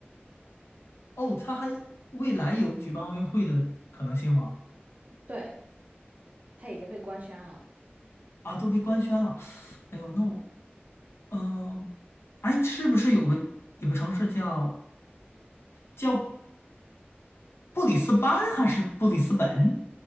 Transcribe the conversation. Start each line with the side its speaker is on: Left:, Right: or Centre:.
Left: 哦，他还未来有举办奥运会的可能性吗？
Right: 对，他已经被官宣了。
Left: 啊，都被官宣了。哎呦，那我，嗯、哎，是不是有个有个城市叫叫？布里斯班还是布里斯本？